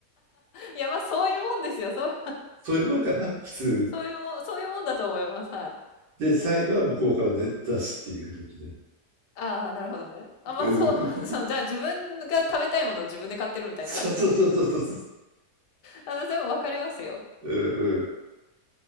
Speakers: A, on the left; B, on the right.
A: いや、まあ、そういうもんですよ。そう、
B: そういうもんかな、普通。
A: そういうもん、そういうもんだと思います。はい。
B: で、財布は向こうから出出すっていう形で。
A: ああ、なるほどね。あ、まあ、
B: うん。
A: そう、まあ、そう、
B: <laughs>
A: じゃあ自分が食べたいものを自分で買ってるみたいな感じになってる。
B: そうそうそうそうそう。
A: あの、でも分かりますよ。
B: うんうん。